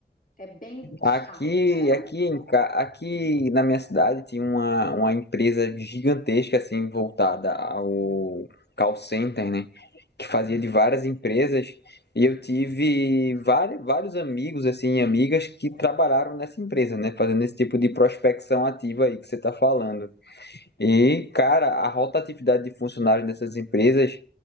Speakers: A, on the left; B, on the left.
A: É bem
B: Aqui,
A: chato, né?
B: aqui, em ca- aqui na minha cidade tinha uma, uma empresa gigantesca assim voltada ao call center, né? Que fazia de várias empresas e eu tive vários, vários amigos assim, e amigas que trabalharam nessa empresa, né? Fazendo esse tipo de prospecção ativa aí que você tá falando. E, cara, a rotatividade de funcionários dessas empresas